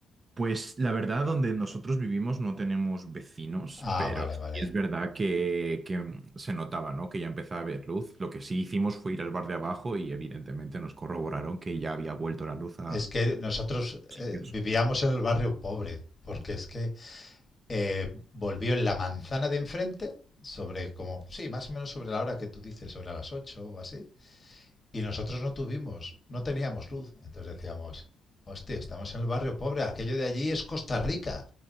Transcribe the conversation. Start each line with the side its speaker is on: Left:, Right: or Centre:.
Right: Pues la verdad, donde nosotros vivimos no tenemos vecinos,
Left: Ah,
Right: pero
Left: vale,
Right: sí
Left: vale.
Right: es verdad que, que mm, se notaba, ¿no? Que ya empezaba a haber luz. Lo que sí hicimos fue ir al bar de abajo y evidentemente nos corroboraron que ya había vuelto la luz a
Left: Es que nosotros
Right: sitios.
Left: eh, vivíamos en el barrio pobre, porque es que eh, volvió en la manzana de enfrente, sobre como, sí, más o menos sobre la hora que tú dices, sobre las 8 o así, Y nosotros no tuvimos, no teníamos luz. Entonces decíamos, hostia, estamos en el barrio pobre, aquello de allí es Costa Rica